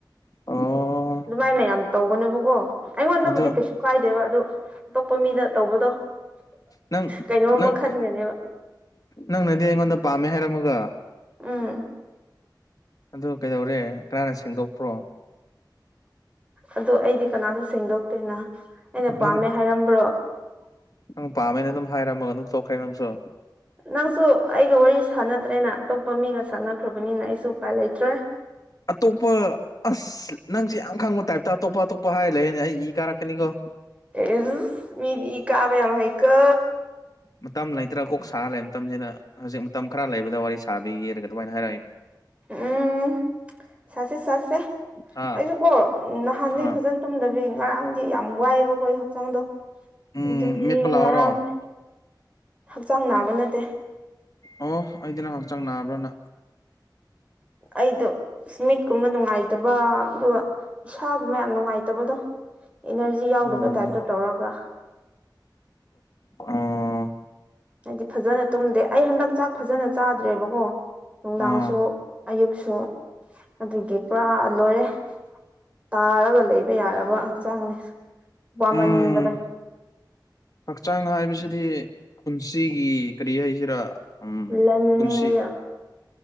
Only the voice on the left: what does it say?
ꯑꯣ
ꯑꯗꯣ
ꯅꯪ
ꯅꯪ
ꯅꯪꯅꯗꯤ ꯑꯩꯉꯣꯟꯗ ꯄꯥꯝꯃꯦ ꯍꯥꯏꯔꯝꯃꯒ꯫
ꯑꯗꯨ ꯀꯩꯗꯧꯔꯦ ꯀꯅꯥꯅ ꯁꯦꯡꯗꯣꯛꯄ꯭ꯔꯣ꯫
ꯑꯗꯨꯝ
ꯅꯪ ꯄꯥꯝꯃꯦꯅ ꯑꯗꯨꯝ ꯍꯥꯏꯔꯝꯃꯒ ꯑꯗꯨꯝ ꯇꯣꯛꯈ꯭ꯔꯦ ꯅꯪꯁꯨ꯫
ꯑꯇꯣꯞꯄ ꯑꯁ ꯅꯪꯁꯦ ꯌꯥꯝ ꯈꯪꯕ ꯇꯥꯏꯞꯇ ꯑꯇꯣꯞꯄ ꯑꯇꯣꯞꯄ ꯍꯥꯏꯔ ꯂꯩꯌꯦꯅꯦ ꯑꯩ ꯏ ꯀꯥꯔꯛꯀꯅꯤꯀꯣ꯫
ꯃꯇꯝ ꯂꯩꯇ꯭ꯔꯥ ꯀꯣꯛ ꯁꯥꯔ ꯂꯩꯕ ꯃꯇꯝꯁꯤꯗ ꯍꯧꯖꯤꯛ ꯃꯇꯝ ꯈꯔ ꯂꯩꯕꯗ ꯋꯥꯔꯤ ꯁꯥꯕꯤꯒꯦꯔꯒ ꯑꯗꯨꯃꯥꯏꯅ ꯍꯥꯏꯔꯛꯏꯅꯤ꯫
ꯍꯥ
ꯑꯥ
ꯎꯝ
ꯃꯦꯠꯄ ꯂꯥꯛꯑꯣꯔꯣ
ꯑꯣ ꯑꯩꯗꯤ ꯅ ꯍꯛꯆꯥꯡ ꯅꯥꯕ꯭ꯔꯅ
ꯑꯥ
ꯑ
ꯑꯥ
ꯎꯝ ꯍꯛꯆꯥꯡ ꯍꯥꯏꯕꯁꯤꯗꯤ ꯄꯨꯟꯁꯤꯒꯤ ꯀꯔꯤ ꯍꯥꯏꯁꯤꯔꯥ ꯎꯝ
ꯄꯨꯟꯁꯤ